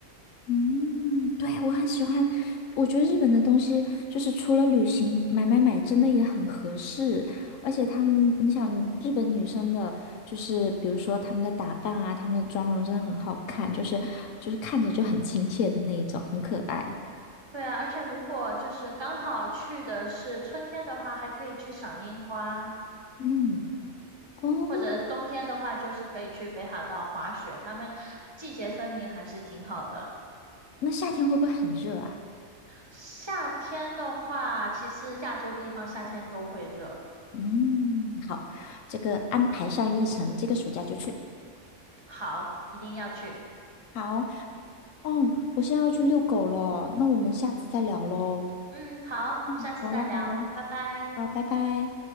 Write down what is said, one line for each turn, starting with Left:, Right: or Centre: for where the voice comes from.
Left: 嗯，对，我很喜欢，我觉得日本的东西就是除了旅行买买买，真的也很合适。而且他们，你想日本女生的，就是比如说她们的打扮啊，她们的妆容真的很好看，就是就是看着就很亲切的那一种，很可爱。
Right: 对啊，而且如果就是刚好去的是春天的话，还可以去赏樱花，
Left: 嗯，哦，
Right: 或者冬天的话，就是可以去北海道滑雪，他们季节分明，还是挺好的。
Left: 那夏天会不会很热啊？
Right: 夏天的话，其实亚洲地方夏天都会热。
Left: 嗯，好，这个安排上议程，这个暑假就去。
Right: 好，一定要去。
Left: 好，哦，我现在要去遛狗了，那我们下次再聊喽。
Right: 嗯，好，
Left: 嗯，
Right: 下次再聊，
Left: 好了好了。
Right: 拜拜。
Left: 好，拜拜。